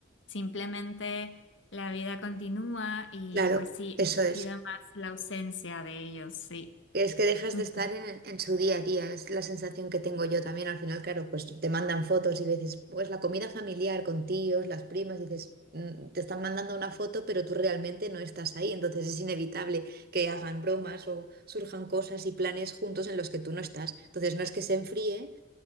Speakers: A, on the left (about 75°); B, on the right (about 55°).
A: simplemente la vida continúa y
B: claro,
A: pues sí,
B: eso
A: he
B: es.
A: sentido más la ausencia de ellos, sí.
B: Es que dejas
A: Ujú.
B: de estar en, en su día a día, es la sensación que tengo yo también. Al final, claro, pues te mandan fotos y veces, pues la comida familiar con tíos, las primas, dices, mm, te están mandando una foto, pero tú realmente no estás ahí. Entonces es inevitable que hagan bromas o surjan cosas y planes juntos en los que tú no estás. Entonces no es que se enfríe,